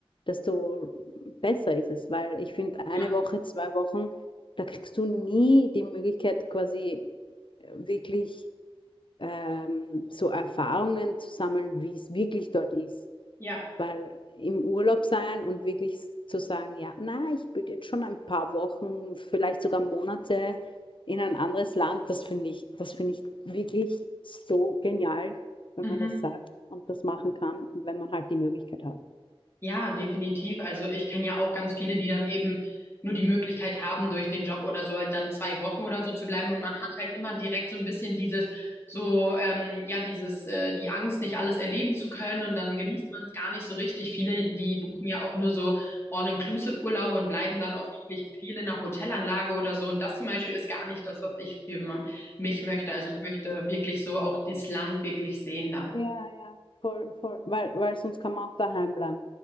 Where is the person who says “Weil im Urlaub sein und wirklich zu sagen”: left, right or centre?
Left